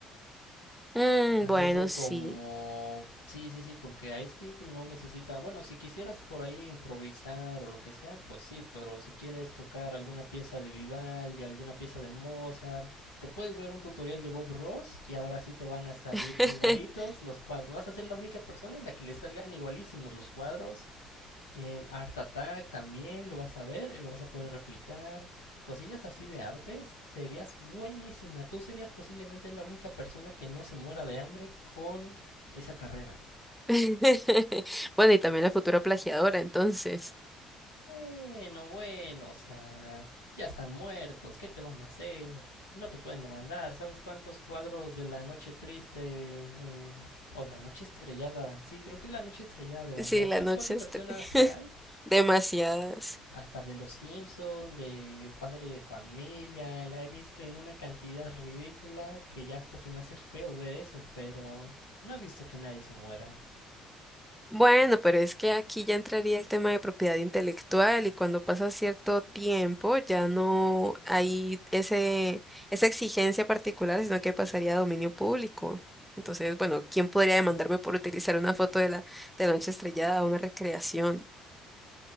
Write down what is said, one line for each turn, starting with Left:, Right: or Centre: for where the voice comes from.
Centre: Mm,
Left: Algo
Centre: bueno, sí.
Left: como... Sí, sí, sí, porque ahí sí que no necesita... Bueno, si quisieras por ahí improvisar o lo que sea, pues sí, pero si quieres tocar alguna pieza de Vivaldi, alguna pieza de Mozart, te puedes ver un tutorial de Bob Ross y ahora sí te van a salir
Centre: <laughs>
Left: igualitos los cuadros. Vas a ser la única persona a la que le salgan igualísimos los cuadros eh, Art Attack también lo vas a ver, eh, lo vas a poder replicar. Cosillas así de arte, serías buenísima. Tú serías posiblemente la única persona que no se muera de hambre con esa carrera.
Centre: <laughs> Bueno, y también la futura plagiadora, entonces.
Left: Bueno, bueno, o sea, ya están muertos, ¿qué te van a hacer? No te pueden demandar, ¿sabes cuántos cuadros de la noche triste en- o la noche estrellada? Sí, creo que es la noche estrellada de Van
Centre: Sí,
Left: Gogh.
Centre: la
Left: ¿Sabes
Centre: noche
Left: cuántas
Centre: es
Left: versiones
Centre: tre- <laughs>
Left: hay?
Centre: demasiadas.
Left: hasta de Los Simpson, de Padre de Familia, la he visto en una cantidad ridícula que ya hasta se me hace feo ver eso, pero no he visto que nadie se muera.
Centre: Bueno, pero es que aquí ya entraría el tema de propiedad intelectual y cuando pasa cierto tiempo ya no hay ese, esa exigencia particular, sino que pasaría a dominio público. Entonces, bueno, ¿quién podría demandarme por utilizar una foto de la, de la noche estrellada o una recreación?